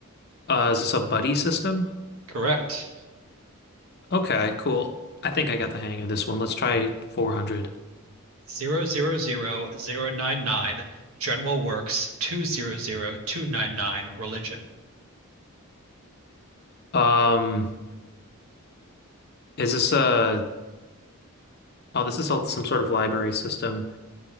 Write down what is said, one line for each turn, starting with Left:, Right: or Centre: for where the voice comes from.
Left: Uh, is this a buddy system?
Right: Correct.
Left: Okay, cool. I think I got the hang of this one. Let's try 400.
Right: Zero zero zero zero nine nine General Works 200299, Religion.
Left: Um, is this a, oh, this is all some sort of library system.